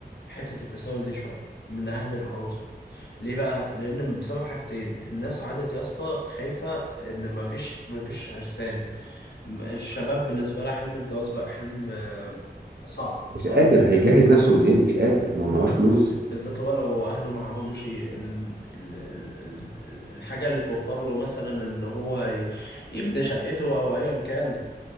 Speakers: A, on the left; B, on the right.
A: حتة التساؤل دي شوية من أهل العروسة ليه بقى؟ لأن بسبب حاجتين، الناس عادت يا اسطى خايفة إن مفيش مفيش عرسان، م- الشباب بالنسبة لها حلم الجواز بقى حلم آه، صعب
B: مش
A: صعب
B: قادر
A: جدا
B: هيجهز
A: لما
B: نفسه
A: لما-
B: منين مش قادر ما
A: م-
B: هو معهوش
A: م.
B: فلوس
A: بالذات هو لو أهله معاهمش ي- ال- ال- ال- ال- ال- الحاجة اللي توفر له مثلا إن هو ي- يبني شقته أو أيا كان